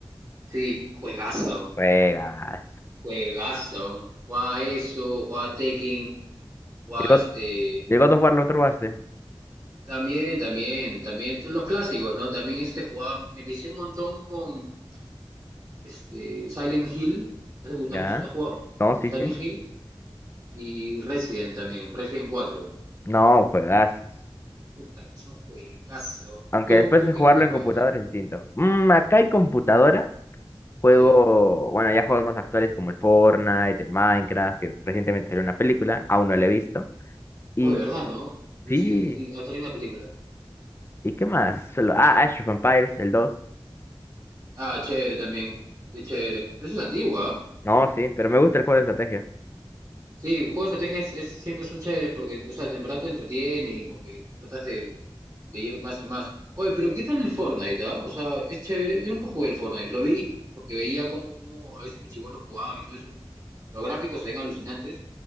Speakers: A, on the right; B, on the left.
A: Sí, juegazo,
B: Juegas.
A: juegazo. Juega eso, juega Tekken, juega
B: ¿El God,
A: este...
B: el God of War lo probaste?
A: También, también, también todos los clásicos, ¿no? También este jugaba, me empecé un montón con Este, Silent Hill, ¿has,
B: ¿Ya?
A: has jugado?
B: No, sí,
A: Silent
B: sí.
A: Hill y Resident también, Resident cuatro
B: No, juegazos.
A: Puta, que son juegazos.
B: Aunque
A: ¿Tú,
B: después
A: tú
B: de
A: qué,
B: jugarlo
A: qué juegas?
B: en computadora es distinto. Mm, acá hay computadora. Juego,
A: Sí.
B: bueno, ya juegos más actuales como el Fortnite, el Minecraft, que recientemente salió una película, aún no la he visto. Y
A: Oh, de verdad, ¿no? Sí,
B: sí,
A: sí, sí, sí, ha salido una película.
B: ¿y qué más? Solo, ah, Age of Empires, el 2.
A: Ah, chévere también. Sí, chévere. Pero eso es antigua, ¿ah?
B: No, sí, pero me gusta el juego de estrategia.
A: Sí, juegos de estrategia es- es- siempre son chéveres porque, o sea, en verdad te entretiene y como que tratas de, de ir más y más. Oye, pero ¿qué tal el Fortnite? ah? O sea, es chévere. Yo nunca jugué el Fortnite, lo vi porque veía cómo, cómo a veces mi chibolo jugaba y todo eso. Los gráficos se ven alucinantes.